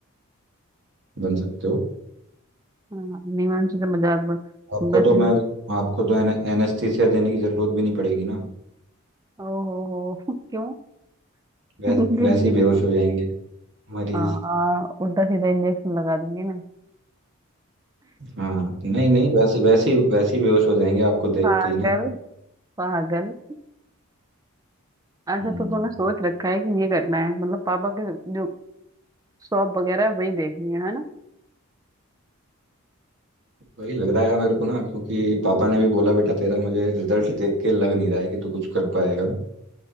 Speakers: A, on the right; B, on the right.
A: बन सकते हो
B: हाँ, नहीं मैंने सोचा मजाक बन
A: आपको
B: वैसे
A: तो मैं
B: भी
A: आपको तो एन, एनेस्थीसिया देने की जरूरत भी नहीं पड़ेगी ना
B: ओ हो हो <laughs> क्यों
A: वैस,
B: क्यों देने
A: वैसे
B: की
A: ही
B: जरूरत
A: बेहोश हो जाएंगे मरीज
B: हाँ उल्टा सीधा इंजेक्शन लगा दूंगी ना
A: हाँ नहीं नहीं वैसे वैसे ही वैसे ही बेहोश हो जाएंगे आपको देखते
B: पागल
A: ही ना
B: पागल अच्छा
A: हम्म,
B: तो तूने सोच रखा है कि ये करना है मतलब पापा के जो शॉप वगैरह है वही देखनी है है ना
A: वही लग रहा है यार मेरे को ना क्योंकि पापा ने भी बोला बेटा तेरा मुझे रिजल्ट देख के लग नहीं रहा है कि तू कुछ कर पाएगा